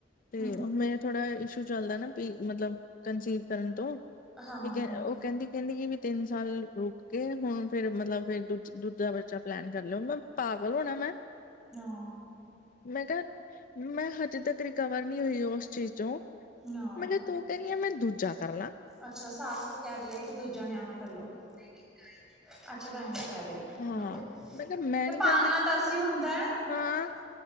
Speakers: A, on the left; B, in the centre.
A: ਤੇ
B: ਹਮ
A: ਉਹ ਮੇ। ਥੋੜ੍ਹਾ ਇਸ਼ੂ ਚੱਲਦਾ ਨਾ ਪੀ ਮਤਲਬ ਕੰਸੀਵ ਕਰਨ ਤੋਂ।
B: ਹਾਂ ਹਾਂ
A: ਕ
B: ਹਾਂ
A: ਉਹ ਕਹਿੰਦੀ ਕਹਿੰਦੀ ਜ ਵੀ ਤਿੰਨ ਸਾਲ ਰੁਕ ਕੇ ਹੁਣ ਫੇਰ ਮਤਲਬ ਫਿਰ। ਦੂਜਾ ਦੂਜਾ ਬੱਚਾ ਪਲੈਨ ਕਰ ਲਿਓ ਮੈਂ ਪਾਗਲ ਹੋਣਾ ਮੈਂ।
B: ਹਾਂ।
A: ਮੈਂ ਕਿਹਾ, ਮੈਂ ਹਜੇ ਤੱਕ ਰਿਕਵਰ ਨਹੀਂ ਹੋਈ ਉਸ ਚੀਜ਼ ਚੋਂ। <inaudible>
B: ਹਾਂ
A: ਤੂੰ ਕਹਿਣੀ ਆ ਮੈਂ ਦੂਜਾ ਕਰ ਲਾਂ।
B: ਅੱਛਾ ਸਾਸ ਕਹਿ ਰਹੀ ਆ ਕਿ ਦੂਜਾ ਨਿਆਣਾ ਕਰਲੋ ਨਹੀਂ ਨਹੀਂ ਗਾਇਨੇ ਕਹਿ ਰਹੀ ਆ ਅੱਛਾ ਗਾਇਨਾ ਕਹਿ ਰਹੇ ਆ।
A: ਹਾਂ
B: ਹਮ
A: ਮੈਂ ਕਿਹਾ ਮੈਂ
B: ਤੇ
A: ਨੀ
B: ਪਾਾਲਣਾ
A: ਕਰਦੀ
B: ਤਾਂ ਅਸੀਂ ਹੁੰਦਾ ਹੈ।
A: ਹਾਂ